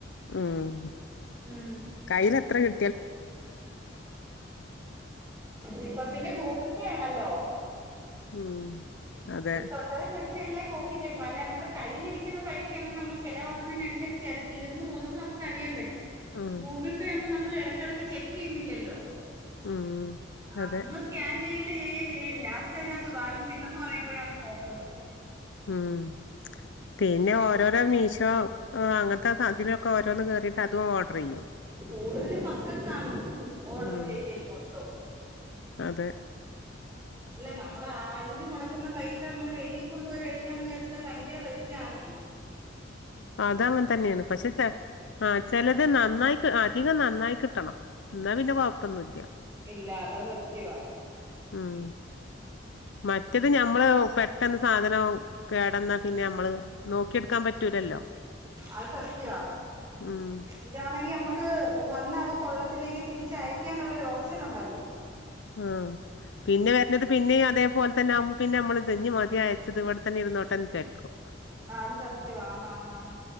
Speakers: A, on the left; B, on the right.
A: ഉം
B: ഉം
A: കയ്ല് എത്ര കി
B: ഇപ്പൊ പിന്നെ ഗൂഗിൽ പേ അ അല്ലോ
A: ഉം അതെ
B: തൊട്ടേനിം പിടിച്ചേ നെല്ലാം ഗൂഗിൾ പേ, <unintelligible> അല്ല ഇമ്മള് കയ്യിലിരിക്കുന്ന പൈസയാന്ന് നമ്മള് ചിലവാക്കണേനനുസരിച്ച് അത് തീർന്ന് പോവുന്നത് നമുക്ക് അറിയാൻ പറ്റും.
A: ഉം
B: ഗൂഗിൾ പേ ആവുമ്പോ നമ്മള് എട ക്കെടക്ക് ചെക്കെയ്യുന്നില്ലല്ലോ
A: ഉം
B: അന്ന്
A: അതെ
B: സ്കാൻ ചെയ്യല് ചെയ്യല് ചെയ്യല് ലാസ്റ്റ് അതിനാത്ത് ബാലൻസ് ഇല്ലെന്ന് പറയി ബഴണ് നോക്കുന്നത്
A: ഉം പിന്നെ ഓരോരോ മീഷോ ആഹ് അങ്ങൻത്തെ സാൻത്തിലൊക്കെ ഓരോന്ന് കേറീട്ട് അതും ഓർഡറെയ്യും.
B: കൂടുതല് മക്കൾക്കാണ് ഓഡർ
A: ഉം
B: ചെയ്യല് മൊത്തം
A: അതെ
B: അല്ല ന മ്മള് അതില് മുടക്കുന്ന പൈസ നമ്മള് വെളിയി കൊണ്ടോയി മേടിക്കാന്ന് വിചാരിച്ചാ ഭയങ്കര പൈസ ആണേ.
A: അതങ്ങനെ തന്നെയാണ് പക്ഷെ ചെ ആ ചെലത് നന്നായി അധികം നന്നായി കിട്ടണം, എന്നാ പിന്നെ കൊഴപ്പൊന്നുല്യ.
B: ഇല്ല അതാ സത്യവാ
A: ഉം മറ്റത് ഞമ്മള് പെ പെട്ടെന്ന് സാധനാഉ കേടന്നാ പിന്നെ മ്മള് നോക്കിയെടുക്കാൻ പറ്റൂലല്ലോ
B: അത് സത്യവാ
A: ഉം
B: ഇതാണെങ്കി നമ്മക്ക് വന്നാ അത് കൊള്ളത്തില്ലെങ്കി തിരിച്ച് അയക്കാനുള്ളൊരു ഓപ്ഷൻ ഉണ്ടല്ലോ
A: ആ പിന്നെ വര്ണത് പിന്നെയും അതേപോൽതന്നെ ആവുമ്പോ പിന്നെ നമ്മള് ഇത് ഞ്ഞി മതി അയച്ചത് ഇവട്തന്നെ ഇരുന്നോട്ടെൻ ചാരിക്കും
B: ആ അത് സത്യവാ ആന്ന് ആന്ന് ആന്ന്